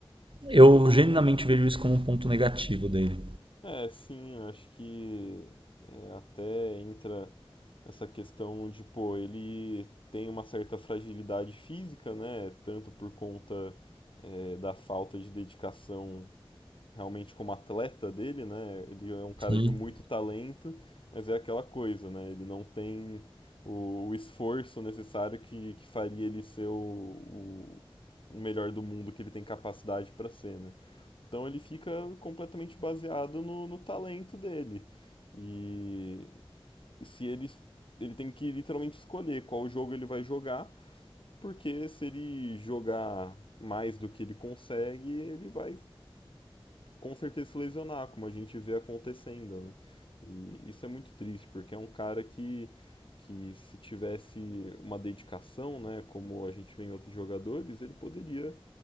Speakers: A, on the right (about 60°); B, on the left (about 65°).
A: eu genuinamente vejo isso como um ponto negativo dele.
B: É, sim, acho que é, até entra essa questão de, pô, ele tem uma certa fragilidade física, né? Tanto por conta é, da falta de dedicação realmente como atleta dele, né? Ele é um cara
A: Sim.
B: de muito talento, mas é aquela coisa, né? Ele não tem o, o esforço necessário que, que faria ele ser o, o, o melhor do mundo que ele tem capacidade para ser, né? Então ele fica completamente baseado no, no talento dele. E, e se ele, ele tem que literalmente escolher qual jogo ele vai jogar, porque se ele jogar mais do que ele consegue, ele vai com certeza se lesionar, como a gente vê acontecendo, né? E isso é muito triste, porque é um cara que, que se tivesse uma dedicação, né, como a gente vê em outros jogadores, ele poderia